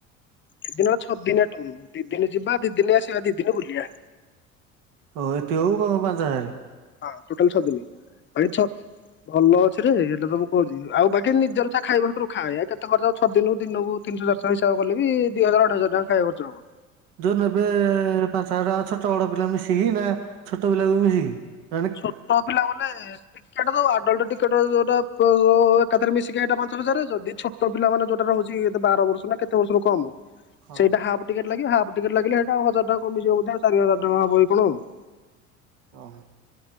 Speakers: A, on the left; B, on the right.
A: କେତେ ଦିନ ଛଅ ଦିନ ଟୁର ଦି ଦିନ ଯିବା, ଦି ଦିନ ଆସିବା, ଦି ଦିନ ବୁଲିବା।
B: ଓ ଏତିକକୁ ପ-ପାଞ୍ଚହଜାର।
A: ହଁ ଟୋଟାଲ୍ ଛଅ ଦିନି। ହଁ ଏ ଛଅ ଭଲ ଅଛି ରେ, ଏଟା ତ ମୁଁ କହୁଚି। ଆଉ ବାକି ନିଜର ଯାହା ଖାଇବ ହାତରୁ ଖାଇବା କେତେ ଖର୍ଚ୍ଚ ହବ। ଛଅ ଦିନ ଦିନକୁ ତିନିଶହ ଚାରିଶହ ହିସାବ କଲେବି ଦି ହଜାର ଅଢେଇ ହଜାର ଟଙ୍କା ଖାଇବା ଖର୍ଚ୍ଚ ହବ।
B: ଯୋଉ ନେବେ ପାଞ୍ଚହଜାର ଟଙ୍କା ଛୋଟ ବଡ ପିଲା ମିଶିକି ନା । ଛୋଟ ପିଲାକୁବି ମିଶିକି ।
A: ଛୋଟ ପିଲା ମାନେ ଟିକେଟ ଦବୁ ଆଡଲଟ ଟିକେଟ ଯୋଉଟା। ତ ଏକାଥରେ ମିଶିକି ଏଇଟା ପାଞ୍ଚହଜାରେ ଯଦି ଛୋଟ ପିଲାମାନେ ଯୋଉଟାରେ ହଉଛି ଏଇଟା ବାର ବର୍ଷ ନା କେତେ ବର୍ଷରୁ କମ ।
B: ହଁ
A: ସେଇଟା ହାଫ୍ ଟିକେଟ ଲାଗିବ ହାଫ୍ ଟିକେଟ ଲାଗିଲେ । ହଁ ଆଉ ହଜାର ଟଙ୍କା କମିଯିବ ବୋଧେ ଚାରି ହଜାର ଟଙ୍କା ହବ କି କଣ ଆଉ ।
B: ଓ ହୋ।